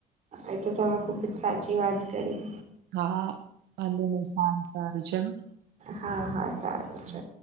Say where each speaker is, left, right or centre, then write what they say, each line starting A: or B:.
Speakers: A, on the right; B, on the right.
A: એ તો તમે ખુબ જ સાચી વાત કરી.
B: હા વાંધો નઈ સારું સારું
A: હા હા સારું
B: ચલો.